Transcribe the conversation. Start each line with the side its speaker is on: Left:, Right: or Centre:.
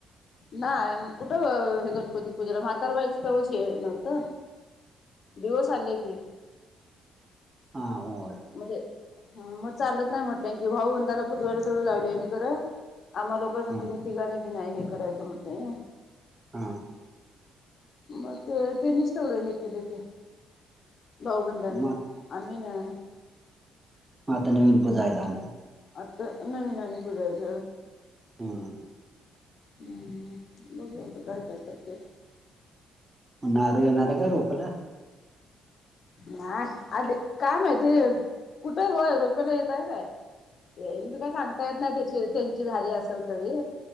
Left: नाही कुठं हे गणपती पूजेला म्हातारवायचं तेवच हे नव्हतं. दिवस आले की
Right: हा होय
Left: मध्ये ह मग चालत नाही म्हटलं की भाऊ बंंदाला पुजवायला सवड लावले आणि कररं आम्हा लोकां
Right: हा
Left: तुम्ही तिघाणी बी नाही हे करायचं म्हटले.
Right: हा
Left: मग ते त्यांनीच तेथवडं हे केलं की, भाऊबंधाने
Right: मग
Left: आम्ही नाय.
Right: आता नवीन पूजाय जा मग.
Left: आता नवीन आणि पूजायच
Right: हम्म
Left: हम्म बघूया आता काय काय करते.
Right: मग नारू येणार आहे काय रोपला
Left: नाही आध काय माहिती कुठे व्हय रोपेला येतय काय ते मी काय सांगता येत ना ही त्याची त्यांची झाली असल तरी